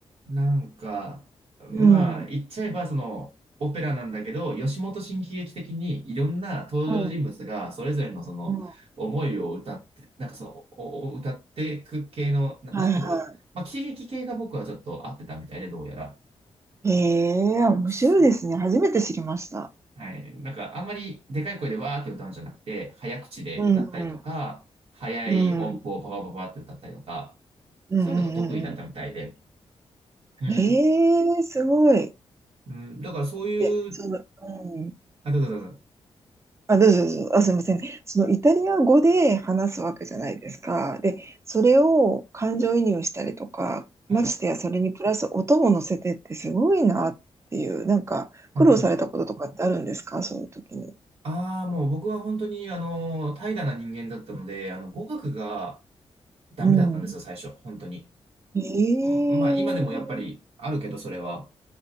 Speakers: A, on the right; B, on the right.
A: なんか、まあ、
B: うん、
A: 言っちゃえば、その、オペラなんだけど、吉本新喜劇的にいろんな登場人物がそれぞれのその思いを歌って、
B: うん、うん。
A: なんかその、おお歌っていく系の、な、
B: はいは
A: なんて言うんだろう。まあ、喜劇系が僕はちょっと合ってたみたいで、どうやら。
B: い。ええ面白いですね。
A: そう
B: 初めて知りました。
A: はい。なんか、あんまりでかい声でわーって歌うんじゃなくて、早口で歌ったりとか、
B: うん、うん、
A: 早い音符をパパパパって歌ったりとか、
B: うん、うん、
A: そういうのが得意だったみたいで。
B: うん、うん。
A: うん。
B: ええすごい。
A: うん、だからそういう、
B: で、その、うん。
A: あ、どうぞどうぞ。
B: あ、どうぞどうぞ。あ、すみません。そのイタリア語で話すわけじゃないですか。で、それを感情移入したりとか、
A: はい。
B: ましてやそれにプラス音も乗せてってすごいなっていう、なんか苦労されたこととかってあるんですかそういう時に。
A: うんうん。ああ、もう僕は本当に、あの、怠惰な人間だったので、あの、語学がダメだったんですよ、
B: うん。
A: 最初、本当に。
B: ええ
A: うんまあ、今でもやっぱりあるけど、それは。